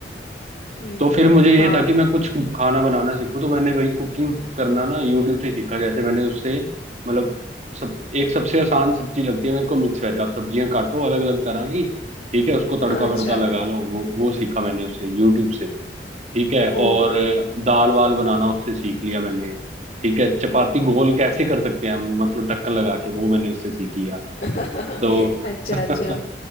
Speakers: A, on the left (about 50°); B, on the right (about 40°).
A: हम्म
B: तो फिर मुझे ये
A: हाँ
B: था कि मैं कुछ खाना बनाना सीखूं तो मैंने वही कुकिंग करना ना यूट्यूब से सीखा जैसे मैंने उससे मतलब सब एक सबसे आसान सब्जी लगती है मेरे को मिक्स वेज आप सब्जियां काटो अलग अलग तरह की ठीक है उसको तड़का
A: हाँ, अच्छा
B: वड़का लगा लो वो वो सीखा मैंने उससे यूट्यूब से ठीक है
A: ओ
B: और दाल वाल बनाना उससे सीख लिया मैंने ठीक है चपाती गोल कैसे कर सकते हैं हम मतलब ढक्कन लगा के वो मैंने उससे सीख लिया
A: <laughs>
B: तो
A: अच्छा
B: <laughs>
A: अच्छा